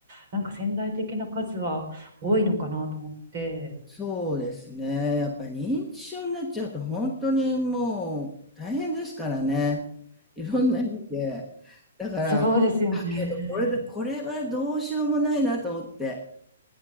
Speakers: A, on the right; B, in the centre.
A: なんか潜在的な数は多いのかなと思って。
B: そうですね。やっぱ認知症になっちゃうと本当にもう大変ですからね。いろんな意味で。だから、
A: そうですよね。
B: だけどこれで、これはどうしようもないなと思って。